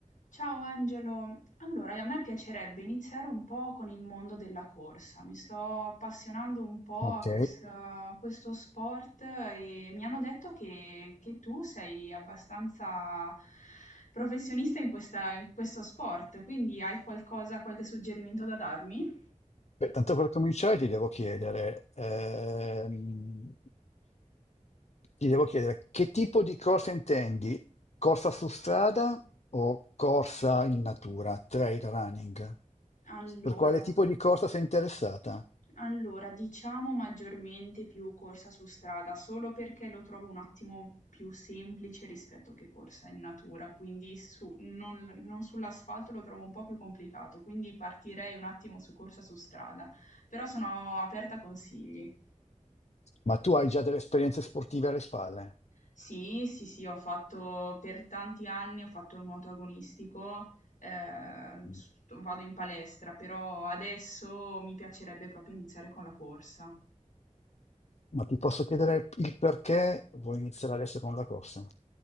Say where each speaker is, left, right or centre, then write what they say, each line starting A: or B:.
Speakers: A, on the left; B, on the left.
A: Ciao Angelo, allora a me piacerebbe iniziare un po' con il mondo della corsa, mi sto appassionando un po'
B: Ok,
A: a questa- a questo sport e mi hanno detto che, che tu sei abbastanza professionista in questa- in questo sport, quindi hai qualcosa, qualche suggerimento da darmi?
B: Beh, tanto per cominciare ti devo chiedere, ehm, ti devo chiedere che tipo di corsa intendi? Corsa su strada o corsa in natura, trail running?
A: Allora,
B: Per quale tipo di corsa sei interessata?
A: Allora, diciamo maggiormente più corsa su strada, solo perché lo trovo un attimo più semplice rispetto che corsa in natura, quindi su- non, non sull'asfalto lo trovo un po' più complicato, quindi partirei un attimo su corsa su strada, però sono aperta a consigli.
B: Ma tu hai già delle esperienze sportive alle spalle.
A: Sì, sì, sì, ho fatto per tanti anni, ho fatto nuoto agonistico, eh,
B: Mm.
A: sto- vado in palestra, però adesso mi piacerebbe proprio iniziare con la corsa.
B: Ma ti posso chiedere il perché vuoi iniziare adesso con la corsa?